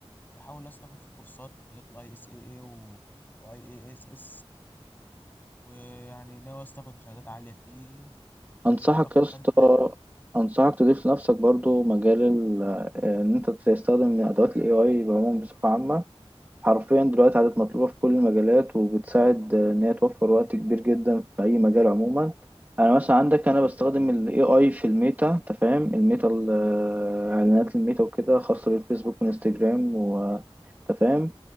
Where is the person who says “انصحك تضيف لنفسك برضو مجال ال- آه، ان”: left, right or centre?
Right